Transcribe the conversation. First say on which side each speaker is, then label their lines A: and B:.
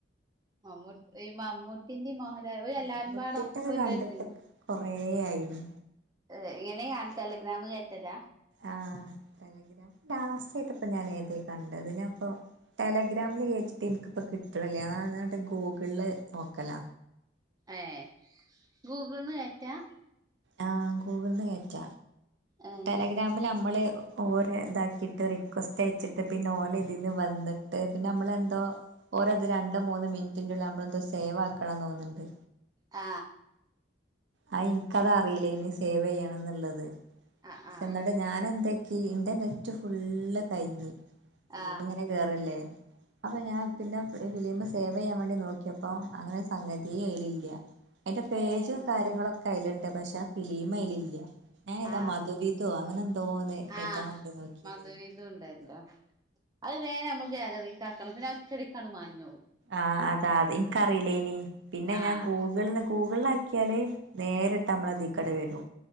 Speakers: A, on the right (about 20°); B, on the right (about 75°).
A: മമ്മൂട് ഈമ്മൂട്ടീന്റിം മോഹൽ ഏ ഒര് എല്ലാരുംപാട
B: മമ്മൂട്ടിന്റെക്കെ
A: ഒപ്പള്ളരു
B: കണ്ടിട്ട്
A: സിനിമ
B: കൊറേ ആയിണ്
A: ഏ ഇങ്ങനെ കാണ ടെലഗ്രാമ് കേറ്റല?
B: ആ ടെലഗ്രാം ലാസ്റ്റ് ആയിട്ട്പ്പ ഞൻ ഏതേ കണ്ടത് ഞാപ്പോ ടെലഗ്രാം ഇത്കേറ്റിട്ട് ഇൻക്ക്പ്പൊ കിട്ട്ണ്ല്ല അതാണ് എന്നിട്ട് ഗൂഗ്ള്ള് നോക്കല
A: ഏ ഗൂഗിൾന്ന് കേറ്റാ?
B: ആ ഗൂഗിൾന്ന് കേറ്റ
A: ഏഹ്
B: ടെലഗ്രാമിൽ നമ്മള് ഓരെ ഇതാക്കിട്ട് റിക്വസ്റ്റ് അയച്ചിട്ട് പിന്നെ ഓല ഇതീന്ന് വന്നിട്ട് പിന്നെ നമ്മളെന്തോ ഓരോത് രണ്ട് മൂന്ന് മിനിറ്റിന്റെ ള്ളിൽ നമ്മളെന്തോ സേവാക്കണം തോന്നുന്നുണ്ട്.
A: ആ
B: ആ ഇൻക്കത് അറീല്ലേയ്നു സേവ് യ്യണം എന്നുള്ളത്
A: ആഹ്
B: പക്ഷെ
A: ആഹ്
B: ഞാൻ എന്തേ ഇന്റെ നെറ്റ് ഫുള്ള് കയ്ഞ്ഞ്ഫിലീമ്
A: ആഹ്
B: ങ്ങനെ കേറല്ലേ അപ്പൊ ഞാൻ പിന്നെ ഫിലീമ് സേവ്യ്യാൻ വേണ്ടി നോക്കിയപ്പോ അങ്ങനെ ഒരുസംഗത്യേ അയ്ലില്ല്യ. അയ്ന്റെ പേജും
A: ഏഹ്
B: കാര്യങ്ങളൊക്കെ അയ്ല്ണ്ട് പക്ഷെ ഫിലീമ് അയിൽ ഇല്ല ഞാൻ ഏതാ
A: ആഹ്
B: മധുവിതൊ തോന്നെ കെറ്റാൻ
A: ആഹ്
B: വേണ്ടി നോക്കിഏത്.
A: മധുവിധു ഇണ്ടല്ലോ അത് വേം നമ്മൾ ഗേലറീക്കാകണം പിന്നെ ഒറ്റടിക്കാണ്ട് മാഞ്ഞവും.
B: ആ അതാ അതിൻക്കറീല്ലേയ്നി പിന്നെ
A: ആഹ്
B: ഞാൻ ഗൂഗിൾന്ന് ഗൂഗിളായി ക്യാല് നേരിട്ട് നമ്മളതീക്കാണ്ട് വരും.